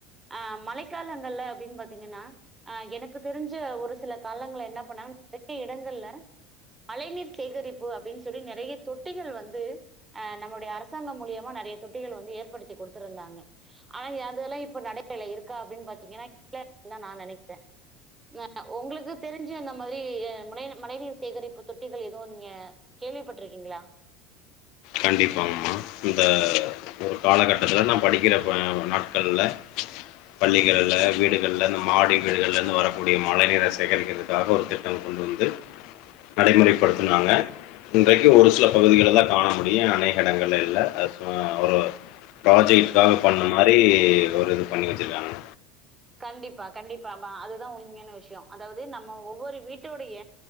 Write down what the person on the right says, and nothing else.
அ மழைக்காலங்கள்ல அப்டின் பாத்தீங்கனா அ எனக்கு தெரிஞ்ச ஒரு சில காலங்கள் என்ன பண்ணாங்க நறைய இடங்கள்ல மழைநீர் சேகரிப்பு அப்டின் சொல்லி நறைய தொட்டிகள் வந்து அ நம்முடைய அரசாங்கம் மூலியமா நறைய தொட்டிகள் வந்து ஏற்படுத்தி கொடுத்துருந்தாங்க ஆனா அதெல்லா இப்ப நடைமுறைல இருக்கா அப்டின் பாத்தீங்கனா இல்ல அப்டின்தா நா நினைக்கிற ஆ உங்ளுக்கு தெரிஞ்சு அந்த மாரி அ மழைநீ மழைநீர் செ சேகரிப்பு தொட்டிகள் எதுவும் நீங்க கேள்விப்பட்டிருக்கீங்ளா
கண்டிப்பா கண்டிப்பா மா அதுதா உண்மையான விஷ்யோ அதாவது நம்ம ஒவ்வொரு வீட்டோடைய